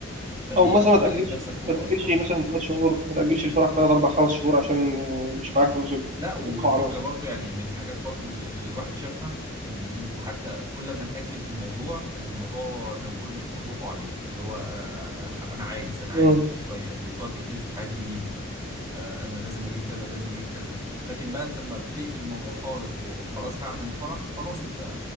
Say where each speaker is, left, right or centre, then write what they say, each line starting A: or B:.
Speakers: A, on the right (about 20°); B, on the right (about 35°).
A: فليه
B: او مثلا
A: انت تكلف
B: ما تاجلش
A: نفسك فوق
B: ما
A: طاقتها
B: تاجلش مثلا ثلاث شهور ما تاجلش الفرح ثلاث اربع خمس شهور عشان آه، مش معاك فلوس
A: لا والفكره
B: القاعه مثلا
A: برضه يعني من الحاجات برضه اللي اللي الواحد شافها ان انت حتى كل ما تاجل في الموضوع الموضوع زي ما بيقولوا بيفتح بقه عليك اللي هو آه، آه، آه، انا عايز انا
B: مم.
A: عايز كل شويه بتقعد تكتشف حاجات جديده آه، انا لازم اجيب كذا لازم اجيب كذا لكن بقى انت لما بتقفل الموضوع خالص وخلاص هعمل الفرح فخلاص انت